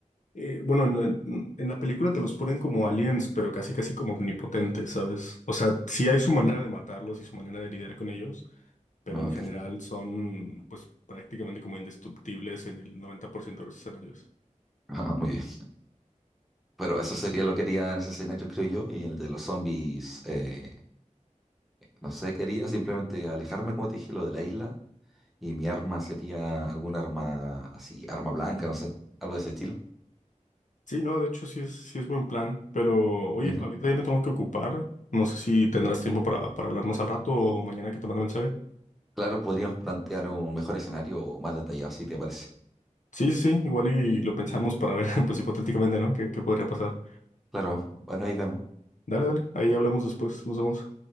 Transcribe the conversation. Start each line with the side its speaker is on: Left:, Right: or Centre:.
Left: Eh, bueno, en la, en la película te los ponen como aliens, pero casi casi como omnipotentes, ¿sabes? O sea, sí hay su manera de matarlos y su manera de lidiar con ellos, pero
Centre: Ah,
Left: en
Centre: ok.
Left: general
Centre: <laughs>
Left: son, pues, prácticamente como indestructibles en el 90% de los escenarios.
Centre: Ah, muy bien. Pero eso sería lo que haría en ese escenario, creo yo, y el de los zombies. eh, No sé, quería simplemente alejarme, como te dije, lo de la isla. Y mi arma sería alguna arma así, arma blanca, no sé, algo de ese estilo.
Left: Sí, no, de hecho sí es, sí es buen plan, pero oye,
Centre: Ujú.
Left: ahorita ya me tengo que ocupar. No sé si tendrás tiempo para, para hablar más al rato o mañana que te mande mensaje.
Centre: Claro, podríamos plantear un mejor escenario o más detallado, si te parece.
Left: Sí, sí, sí, igual y lo pensamos para ver, <laughs> pues hipotéticamente, ¿no? ¿Qué, qué podría pasar?
Centre: Claro, bueno, ahí vemos.
Left: Dale, dale, ahí hablamos después, nos vemos.